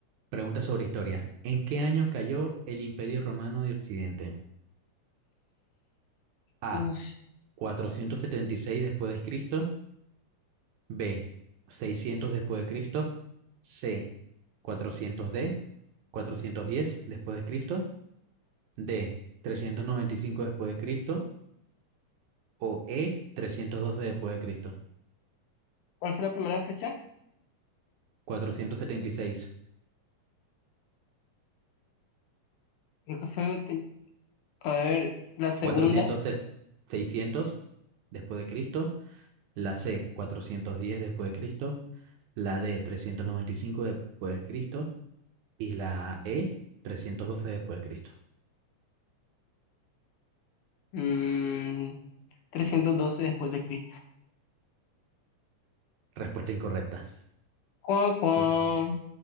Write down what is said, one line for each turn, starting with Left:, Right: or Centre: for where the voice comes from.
Right: preguntas sobre historia. ¿En qué año cayó el Imperio Romano de Occidente? A.
Left: Uf,
Right: cuatrocientos setenta y seis después de Cristo. B. seiscientos después de Cristo. C. cuatrocientos D. 410 después de Cristo, D, 395 después de Cristo o E, 312 después de Cristo.
Left: ¿cuál fue la primera fecha?
Right: 476,
Left: Creo que fue, te- a ver, la segunda,
Right: 400, 600 después de Cristo, la C, 410 después de Cristo, la D, 395 después de Cristo y la E, 312 después de Cristo.
Left: mm, trescientos doce después de Cristo.
Right: Respuesta incorrecta.
Left: Cuá, cuá,
Right: La,